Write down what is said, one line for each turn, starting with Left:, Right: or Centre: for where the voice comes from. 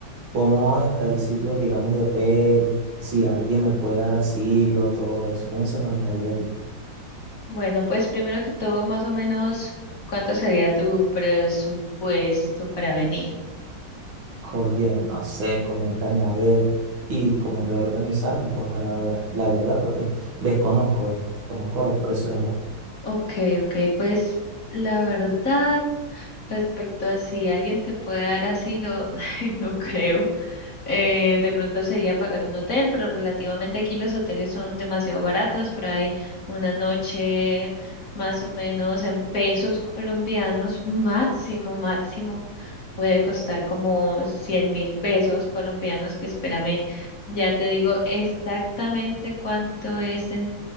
Right: ¿cómo está el sitio, digamos, de hotel? Si alguien me puede dar asilo, todo eso, ¿cómo se manejaría allí?
Left: Bueno, pues primero que todo, más o menos, ¿cuánto sería tu presupuesto para venir?
Right: Oye, no sé, coméntame a ver. Y como yo organizarme, pues a la, la verdad, porque desconozco, desconozco los precios allá.
Left: Ok, ok, pues la verdad, respecto a si alguien te puede dar asilo, <laughs> no creo. Eh, de pronto sería pagar un hotel, pero relativamente aquí los hoteles son demasiado baratos, por ahí una noche más o menos en pesos colombianos, máximo, máximo, puede costar como cien mil pesos colombianos, que espérame, ya te digo exactamente cuánto es en